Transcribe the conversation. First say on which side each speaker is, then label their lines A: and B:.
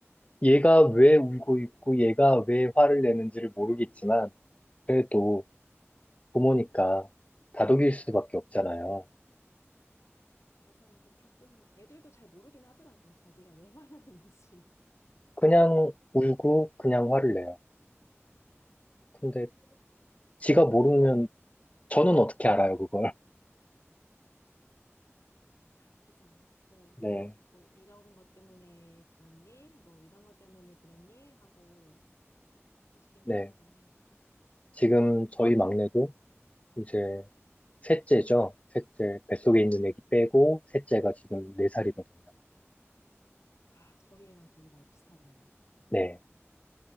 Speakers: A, on the left; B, on the left.
A: 얘가 왜 울고 있고 얘가 왜 화를 내는지를 모르겠지만, 그래도 부모니까 다독일 수밖에 없잖아요.
B: 맞아요. 근데 가끔 애들도 잘 모르긴 하더라고요. 자기가 왜 말하는지.
A: 그냥 울고 그냥 화를 내요. 근데 지가 모르면 저는 어떻게 알아요, 그걸. <laughs>
B: 그자. 네,
A: 네,
B: 계속 뭐 이런 것 때문에 그랬니? 뭐 이런 것 때문에 그랬니? 하고 해주긴
A: 네.
B: 하는데.
A: 지금 저희 막내도 이제 셋째죠. 셋째, 뱃속에 있는 애기 빼고 셋째가 지금 네살이거든요
B: 아, 저희 애랑 거의 나이 비슷하네요.
A: 네.